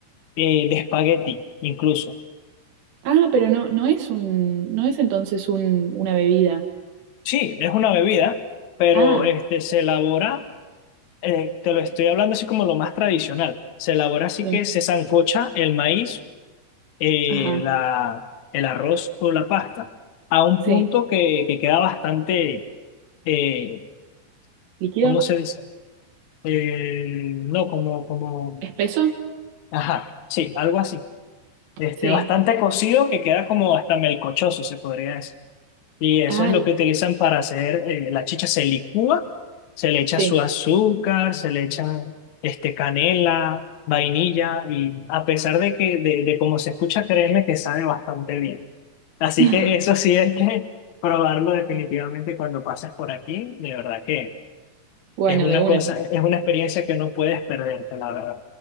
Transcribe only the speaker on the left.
eh, de espagueti, incluso.
Sí, es una bebida, pero
este, se elabora, eh, te lo estoy hablando así como lo más tradicional. Se elabora así
que se sancocha el maíz eh,
la, el arroz o la pasta a un
punto que, que queda bastante, eh,
¿cómo se dice? Eh, no, como, como,
ajá, sí, algo así. Este,
bastante cocido que queda como hasta melcochoso, se podría decir. Y eso
es lo que utilizan para hacer eh, la chicha. Se licúa, se le echa
su azúcar,
se le echa este, canela, vainilla, y a pesar de que, de, de cómo se escucha, créeme que sabe bastante bien. Así
que eso sí es que probarlo definitivamente cuando pasas por aquí, de verdad que
es una
cosa, es una experiencia que no puedes perderte, la verdad.